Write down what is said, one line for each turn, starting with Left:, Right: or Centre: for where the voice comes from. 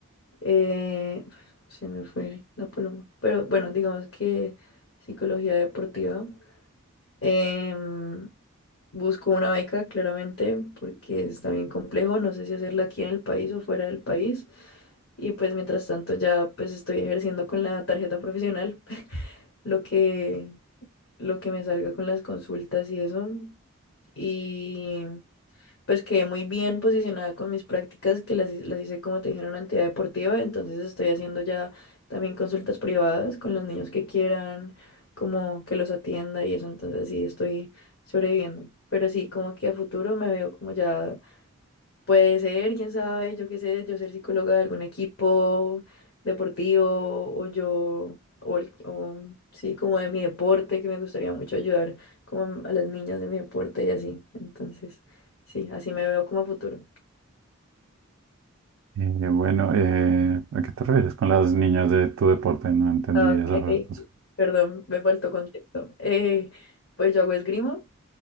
Left: eh, se me fue la paloma. Pero bueno, digamos que psicología deportiva. Em, Busco una beca, claramente, porque está bien complejo. No sé si hacerla aquí en el país o fuera del país. Y pues mientras tanto ya pues estoy ejerciendo con la tarjeta profesional <laughs> lo que, lo que me salga con las consultas y eso. Y pues quedé muy bien posicionada con mis prácticas que las, hi- las hice como te dije en una entidad deportiva, entonces estoy haciendo ya también consultas privadas con los niños que quieran, como que los atienda y eso, entonces sí estoy sobreviviendo. Pero sí, como que a futuro me veo como ya Puede ser, quién sabe, yo qué sé, yo ser psicóloga de algún equipo deportivo o yo, o, el- o, sí, como de mi deporte, que me gustaría mucho ayudar como a las niñas de mi deporte y así. Entonces, sí, así me veo como a futuro.
Right: Eh, bueno, eh, ¿a qué te refieres con las niñas de tu deporte? No entendí
Left: Ah,
Right: esa
Left: ok, ok,
Right: cosa.
Left: sí, Perdón, me faltó contexto. Eh, pues yo hago esgrima,